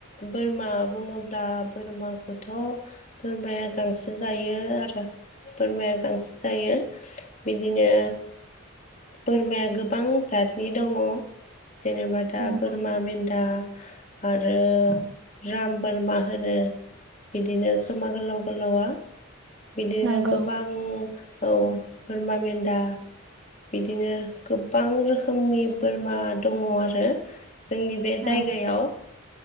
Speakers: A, on the left; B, on the right.
A: बोरमा बुङोब्ला बोरमाखौथ' बोरमाया गांसो जायो आरो बोरमाया गांसो जायो बिदिनो बोरमाया गोबां जातनि दङ' जेनेबा दा
B: नंगौ
A: बोरमा मेन्दा आरो राम बोरमा होनो बिदिनो खोमा गोलाव गोलावा बिदिनो
B: नंगौ
A: गोबां औ बोरमा मेन्दा बिदिनो गोबां रोखोमनि बोरमा दङ' आरो जोंनि बे जायगायाव
B: औ